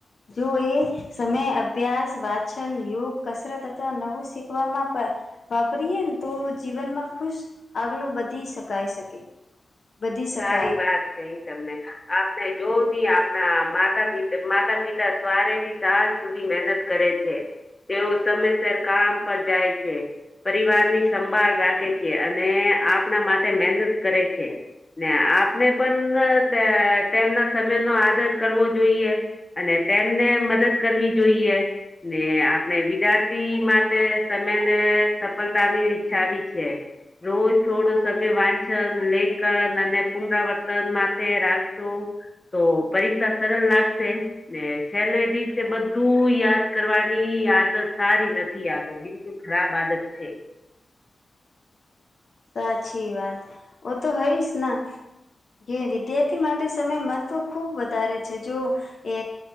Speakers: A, on the left; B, on the left.
A: જો એ સમય અભ્યાસ વાચન યોગ કસરત અથવા નવું શીખવામાં વાપરીએ ને તો જીવનમાં ખુશ આગળું બધી શકાય શકે વધી શકાય
B: સારી વાત કહી તમને આપણે જોવ નહી આપણા માતા પ માતા પિતા સવારે થી સાજ સુધી મહેનત કરે છે તેવું સમયસર કામ પર જાય છે પરિવાર ની સંભાળ રાખે છે અને આપણા માટે મહેનત કરે છે ને આપણે પણ તેમના સમય નો આદર કરવો જોઈએ અને તેમને મદદ કરવી જોઈએ ને આપણે વિદ્યાર્થી માટે સમમે ને સફળતાની ઈચ્છા આવી છે રોજ થોડો સમય વાંછન લેકન પુનરાવર્તન માટે રાખશો તો પરીક્ષા સરલ લાગશે ને છેલ્લે દિવસે બધું યાદ કરવાની આદત સારી નથી નથી આતો બિલકુલ ખરાબ આદત છે
A: સાચી વાત ઓ તો હઈશ ને જે વિદ્યાર્થી માટે સમય મહત્ત્વ ખૂબ વધારે છે જો એ